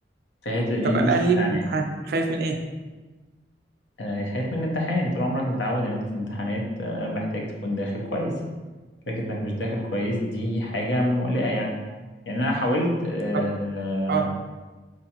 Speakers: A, on the left; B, on the right.
A: فهي دي
B: طب قلقان
A: مشكلة
B: ليه من
A: يعني
B: الامتحان خايف من ايه
A: آه خايف من الامتحان طول عمرك متعود ان انت في الامتحانات آه محتاج تكون داخل كويس فكرة انك مش داخل كويس دي حاجة مقلقة يعني يعني انا حاولت آه
B: طب اه